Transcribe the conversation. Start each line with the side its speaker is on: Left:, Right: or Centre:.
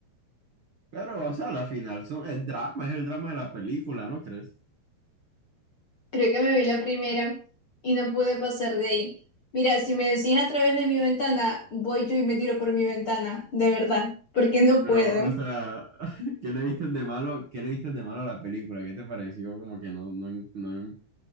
Right: pero, o sea, la final son, es drama, es el drama de la película, ¿no crees?
Left: Creo que me vi la primera y no pude pasar de ahí. Mira, si me decís a través de mi ventana, voy yo y me tiro por mi ventana, de verdad, porque no
Right: Pero,
Left: puedo.
Right: o sea, <laughs> ¿qué le viste de malo, qué le viste de malo a la película? ¿Qué te pareció? Como que no, no, no,